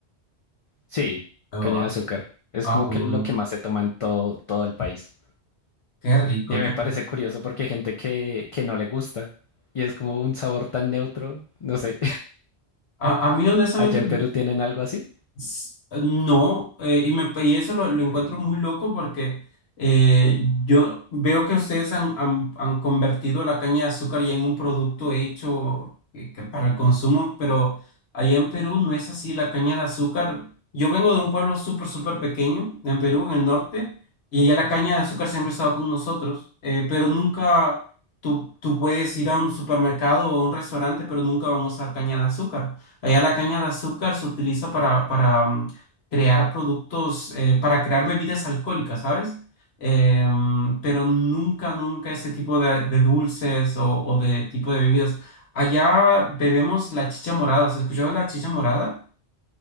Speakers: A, on the left (about 55°); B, on the left (about 70°).
A: Sí,
B: Oh,
A: caña de azúcar. Es
B: ah,
A: como
B: mm,
A: que lo que más se toma en todo, todo el país.
B: qué rico,
A: Y me
B: qué rico.
A: parece curioso porque hay gente que, que no le gusta y es como un sabor tan neutro. No sé,
B: A, a mí,
A: <laughs>
B: honestamente,
A: ¿allá en Perú tienen algo así?
B: S- No, eh, y, me, y eso lo, lo encuentro muy loco porque eh, yo veo que ustedes han, han, han convertido la caña de azúcar ya en un producto hecho eh, que para el consumo, pero allá en Perú no es así. La caña de azúcar, yo vengo de un pueblo súper,
A: Ok.
B: súper pequeño en Perú, en el norte, y allá la caña de azúcar siempre ha estado con nosotros, eh, pero nunca tú, tú puedes ir a un supermercado o a un restaurante, pero nunca van a usar caña de azúcar. Allá la caña de azúcar se utiliza para, para mm, crear productos, eh, para crear bebidas alcohólicas, ¿sabes? Eh, mm, pero nunca, nunca ese tipo de, de dulces o, o de tipo de bebidas. Allá bebemos la chicha morada. ¿Has escuchado la chicha morada?